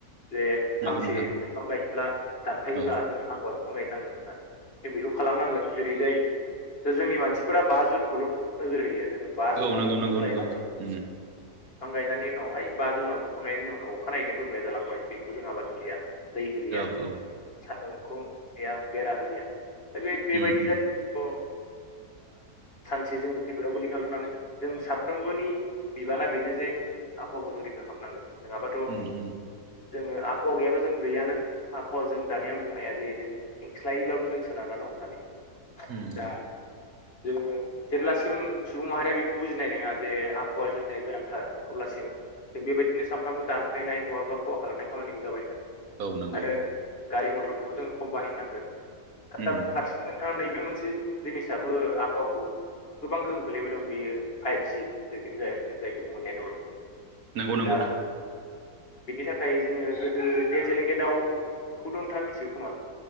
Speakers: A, on the left; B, on the right.
A: जे फांसे
B: नंगौ नोंथां
A: बिफां गायोब्ला दानफायोब्ला
B: औ
A: जों फांबा बिफां गायनांगोन होननानै जों बेखौ खालामनांगोन जे ओेरैजाय दा जोंनि मानसिफोरा बा जुनखौल' नोजोर होयो जोङो बा
B: औ
A: जुनाव
B: नंगौ नंगौ
A: गायबाय
B: नंगौ उम
A: बिफां गायनायनि उनावहाय बा जुनाव बिफां गायनायनि उनाव अखानायैनो बोरमाया जालांबाय बेखौ जोंहा बाथा गैया दै होलिया
B: औ औ
A: सान्दुंखौ नुया बेरा होलिया दा बे बेबायदि
B: उम उम
A: जायो सानसे जोङो खैफोदाव गोल्लैखागोनानो जों साफ्रोमबोनि बिबाना बेनो जे आफाखौ जों रैखा खालामनांगोन नङाबाथ'
B: उम उम
A: जोङो आहावा गैयाबा जों गैयानो आहावा जों दानिया आं बुंनाया जायो जों खेंस्लायैबाबो जों सोनारा दं होननानै आसा
B: उम
A: जोङो जेब्लासिम सुबुं माहारिया बेखौ बुजिनाय नङा जे हौवाया जोंनि गोनांथार अब्लासिम जों बेबायदिनो सानफ्रोमबो दानफायनाय बहाबा खहा खालामनाय खामानिखौ जाबाय थागोन
B: औ नंगौ
A: आरो गारि मथरखौबो जों खम बाहायनांगोन आरो दा
B: उम
A: फारसेथिं नैबे मोनसे जिनिसाबो आहावखौ गोबां गोहोम खोलैबायदोंं बेयो फाइभजि जायखौ बुङो नेटवर्क
B: नंगौ नंगौ
A: दा बिनि थाखाय जोङो गोदो जेजेलेंगे दाउखौथ' नोंथाङा मिथिगौ खोमा